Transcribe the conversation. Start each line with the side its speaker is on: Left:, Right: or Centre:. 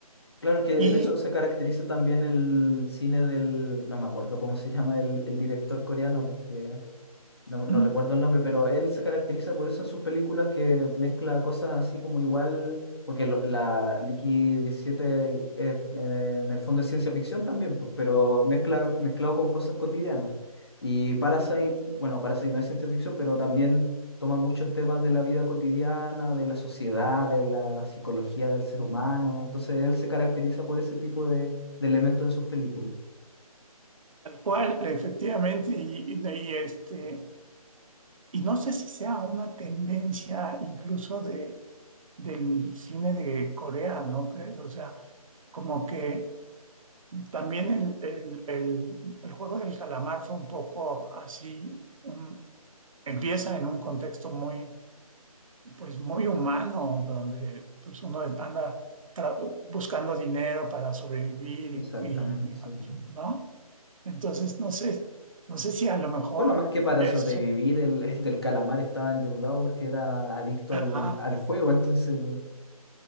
Left: Claro, es que
Right: Y
Left: en eso se caracteriza también el cine del, no me acuerdo cómo se llama el, el director coreano, porque no, no
Right: mm,
Left: recuerdo el nombre, pero él se caracteriza por eso en sus películas que mezcla cosas así como igual, porque lo- la Mickey diecisiete es, en el fondo es ciencia ficción también, pues, pero mezcla, mezclado con cosas cotidianas. Y Parasite, bueno, Parasite no es ciencia ficción, pero también toma muchos temas de la vida cotidiana, de la sociedad, de la psicología del ser humano. Entonces él se caracteriza por ese tipo de, de elementos en sus películas.
Right: tal cual, efectivamente, y, y- y, este, Y no sé si sea una tendencia incluso de, del cine de Corea, ¿no crees? O sea, como que también el, el- el- el juego del calamar fue un poco así, un- empieza en un contexto muy, pues muy humano, donde pues uno anda tra- buscando dinero para sobrevivir
Left: Exactamente,
Right: y,
Left: sí.
Right: y- ¿no? Entonces, no sé, no sé si a lo mejor
Left: Bueno, más que para
Right: es...
Left: sobrevivir, el, <laughs> el del calamar estaba endeudado porque era adicto
Right: ajá,
Left: al, al juego, entonces, no-